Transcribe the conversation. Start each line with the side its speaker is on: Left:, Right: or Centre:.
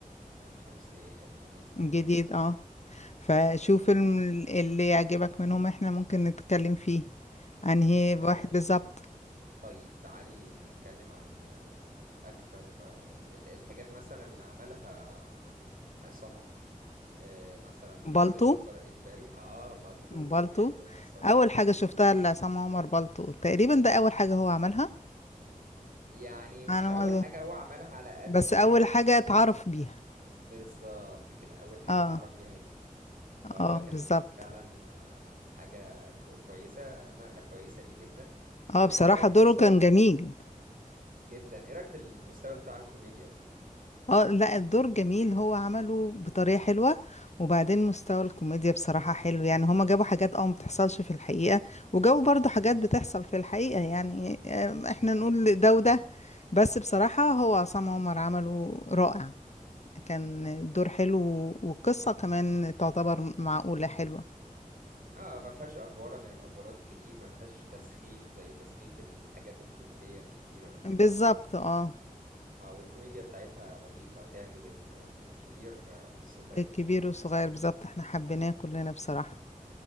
Right: لام شمسية جميل جدا
Left: الجديد
Right: ممكن
Left: اه فشوف
Right: آه، آم،
Left: الم- اللي يعجبك منهم احنا ممكن نتكلم فيه انهي
Right: آه،
Left: واحد بالظبط
Right: طيب تعالي نتكلم عن آه، أكثر آه، ال- الحاجات مثلا اللي عملها عصام عمر آه، مثلا
Left: بالطو
Right: زي مسار إجباري آه بالطو
Left: بالطو
Right: و- ومسار
Left: اول
Right: إجباري
Left: حاجة شفتها لعصام عمر بالطو تقريبا ده اول حاجة هو عملها
Right: يعني مش
Left: انا
Right: أول
Left: ما
Right: حاجة
Left: أظن-
Right: هو عملها على قد
Left: بس
Right: ما
Left: اول
Right: هي أكتر
Left: حاجة اتعرف بيها
Right: بالظبط كده أول حاجة
Left: اه
Right: اتعرف بيها جدا فهو
Left: اه
Right: كان
Left: بالظبط
Right: فعلا آه، حاجة كو- كويسة نقلة كويسة ليه جدا وإيه
Left: اه بصراحة
Right: رأيك
Left: دوره
Right: في مستوى
Left: كان
Right: ال-
Left: جميل
Right: جدا إيه رأيك في المستوى بتاع الكوميديا اللي فيه
Left: اه لا الدور جميل هو عمله بطريقة حلوة وبعدين مستوى الكوميديا بصراحة حلو يعني هما جابوا حاجات اه ما بتحصلش في الحقيقة وجابوا برضو حاجات بتحصل في الحقيقة يعني آم، احنا نقول ده وده بس بصراحة هو عصام عمر عمله رائع كان الدور حلو والقصة كمان تعتبر معقولة حلوة
Right: اه ما فيهاش افوره من الافورات الكتير ما فيهاش تسخيف زي تسخيف الحاجات الكوميديه الكتيره وكده
Left: بالظبط اه
Right: اه والكوميديا بتاعتها لطيفه تعجب ال- ال- الكبير آه، والصغير
Left: الكبير والصغير بالظبط احنا حبيناه كلنا بصراحة